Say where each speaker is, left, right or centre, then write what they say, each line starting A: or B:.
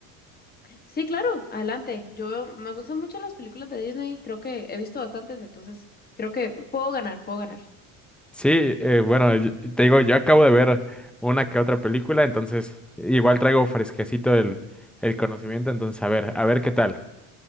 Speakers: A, on the left; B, in the centre.
A: Sí, claro, adelante. Yo me gustan mucho las películas de Disney. Creo que he visto bastantes, entonces creo que puedo ganar, puedo ganar.
B: Sí, eh, bueno, y- y te digo, yo acabo de ver una que otra película, entonces igual traigo fresquecito el, el conocimiento, entonces a ver, a ver qué tal.